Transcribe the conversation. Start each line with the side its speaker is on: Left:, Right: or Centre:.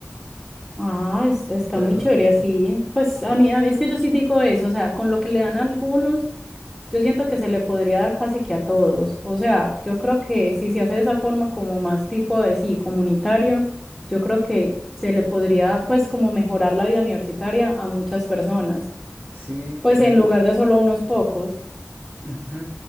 Centre: ah, está, está
Right: Pero
Centre: muy chévere así.
Right: eh,
Centre: Pues a
Right: Eh,
Centre: mí, a mí es que yo sí digo eso, o sea, con lo que le dan a algunos. Yo siento que se le podría dar casi que a todos. O sea, yo creo que si se hace de esa forma como más tipo de sí, comunitario, yo creo que se le podría pues como mejorar la vida universitaria a muchas personas,
Right: Sí, pues
Centre: pues
Right: al
Centre: en
Right: menos,
Centre: lugar de solo a unos pocos.
Right: ujú,